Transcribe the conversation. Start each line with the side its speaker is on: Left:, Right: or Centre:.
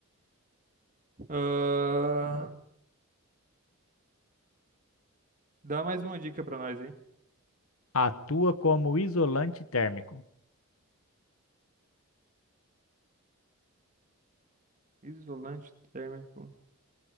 Right: Ah, dá mais uma dica pra nós, hein?
Left: Atua como isolante térmico.
Right: Isolante térmico.